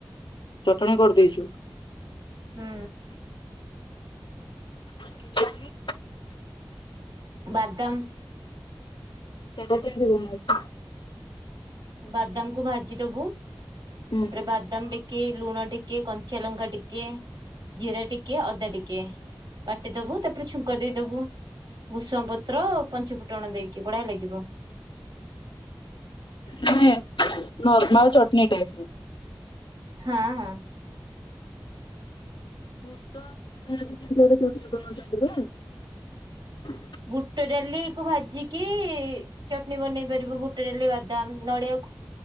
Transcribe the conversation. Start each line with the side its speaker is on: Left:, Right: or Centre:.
Left: ଚଟଣି କରିଦେଇଚୁ।
Right: ହୁଁ।
Left: କି ଚଟନୀ।
Right: ବାଦାମ।
Left: ସେଇଡ଼ା କେନ୍ତି ହୁଏ।
Right: ବାଦାମ କୁ ଭାଜି ଦୋବୁ
Left: ହୁଁ
Right: ତାପରେ ବାଦାମ ଟିକେ ଲୁଣ ଟି କେ କଞ୍ଚ ଲଙ୍କା ଟିକେ ଜିରା ଟିକେ ଅଦା ଟିକେ ବାଟି ଦୋବୁ ତାପରେ ଛୁଙ୍କ ଦେଇଦୋବୁ ଭୂଶଙ୍ଗ ପତ୍ର ପଞ୍ଚୁ ଫୁଟଣ ଦେଇକି ବଢିଆ ଲାଗି ବ।
Left: ମାନେ ନର୍ମାଲ ଚଟଣି ଟାଇପର।
Right: ହଁ ହଁ।
Left: ବୁଟ କେମତି ଗୋଟେ ଚଟଣି ବନଉଛନ୍ତି ପରା।
Right: ଭୁଟ ଡାଲି କୁ ଭାଜିକି ଚଟଣି ବନେଇ ପାରିବ। ବୁଟ ଡାଲି ବାଦାମ ନଡିଆ